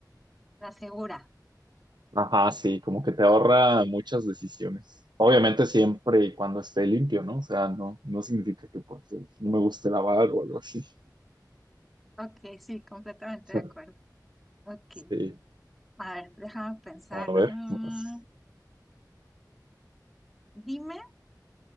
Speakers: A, in the centre; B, on the right (about 80°).
A: La segura.
B: Ajá, sí, como que te ahorra muchas decisiones. Obviamente siempre y cuando esté limpio, ¿no? O sea, no, no significa que pues, no me guste lavar o algo así.
A: Ok, sí, completamente
B: <laughs>
A: de acuerdo. Ok.
B: Sí,
A: A ver, déjame pensar.
B: a ver,
A: Mm,
B: más.
A: dime